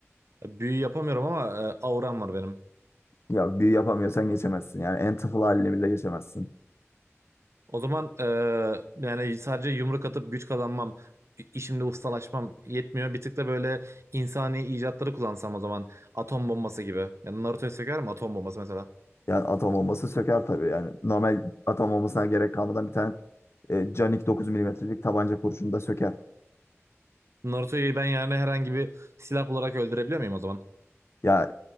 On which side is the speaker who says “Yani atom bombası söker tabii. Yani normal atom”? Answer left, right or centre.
Left